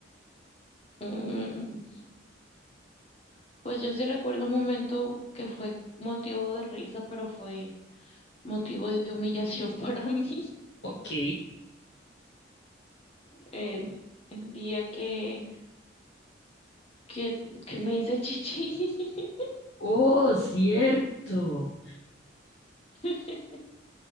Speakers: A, on the left (about 30°); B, on the left (about 60°).
A: Mm, Pues yo sí recuerdo un momento que fue motivo de risa, pero fue motivo de humillación <laughs> para mí.
B: Ok.
A: El, el día que, que, que me hice chichi. <laughs>
B: Oh, cierto.
A: <laughs>